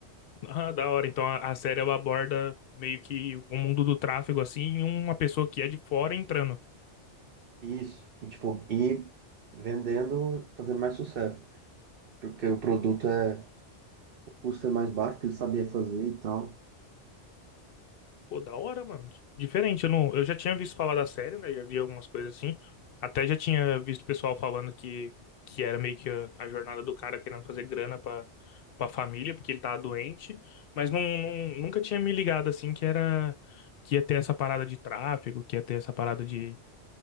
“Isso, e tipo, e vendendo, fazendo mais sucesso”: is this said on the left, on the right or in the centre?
Right